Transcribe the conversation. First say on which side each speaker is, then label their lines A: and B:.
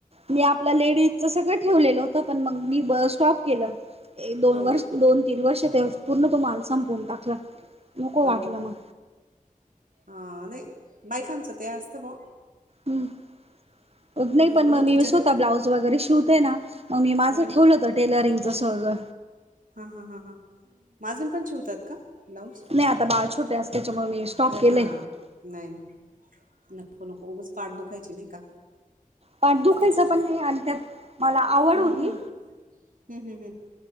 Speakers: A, on the right (about 45°); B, on the right (about 70°).
A: मी आपलं लेडीजच सगळं ठेवलेलं होतं पण मग मी ब स्टॉप केलं. एक दोन
B: हो
A: वर्ष
B: ना
A: दोन तीन वर्ष ते पूर्ण तुम्हाला संपवून टाकला. नको वाटलं
B: अरे बापरे
A: मग
B: हा नाही बायकांचं ते अस असत भा.
A: ह् नाही
B: ओळखीच्या
A: पण मग मीी स्वतः ब्लाऊज वगैरे शिवते ना मग मी माझं
B: अरे वा
A: ठेवलं तर. टेलरिंगचं स्वर्ग
B: हा हा हा हां. माजून पण शिवतात का ब्लाऊज
A: नाही आता बाळ छोटे असत त्याच्यामुळे मी स्टॉप
B: अरे
A: केलंय
B: हा. नाही नाही नको नको उच पाठ दुखायची नाही का?
A: प दुखायच
B: तेच ना
A: पण नाही आणि त्यात मला आवड
B: हम्म
A: होती.
B: हम्म हम्म हम्म